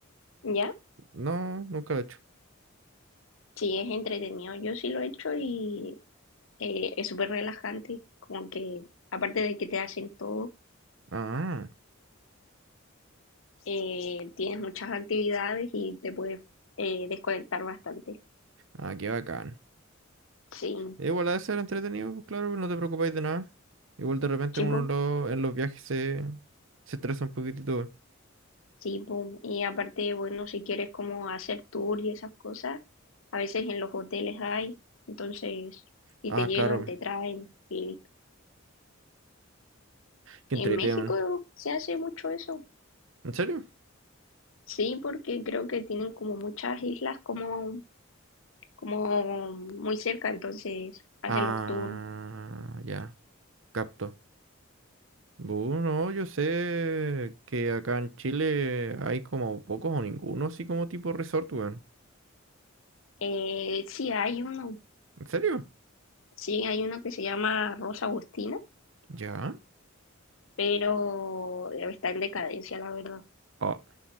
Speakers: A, on the left; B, on the right.
A: ya,
B: No, nunca lo he hecho.
A: sí, es entretenido. Yo sí lo he hecho y eh, es súper relajante, como que aparte de que te hacen todo,
B: Ah,
A: eh, tienes muchas actividades y te puedes eh, desconectar bastante.
B: ah, qué bacán.
A: Sí,
B: Igual ha de ser entretenido, pues, claro, pues, no te preocupáis de nada. Igual de repente
A: chipo,
B: uno lo- en los viajes se, se estresa un poquitito. weón.
A: sí, po. Y aparte, bueno, si quieres como hacer tour y esas cosas, a veces en los hoteles hay, entonces, y
B: Ah,
A: te llegan,
B: claro,
A: te traen. Y listo.
B: que entretenido.
A: en México
B: weón.
A: se hace mucho eso.
B: ¿En serio?
A: Sí, porque creo que tienen como muchas islas como, como muy cerca, entonces hacen
B: Ah,
A: los tours
B: ya, capto. Bueno, yo sé que acá en Chile hay como pocos o ninguno así como tipo resort, weón.
A: Eh, sí, hay uno,
B: ¿En serio?
A: sí, hay uno que se llama Rosa Agustina,
B: ¿Ya?
A: pero está en decadencia, la verdad.
B: Ah,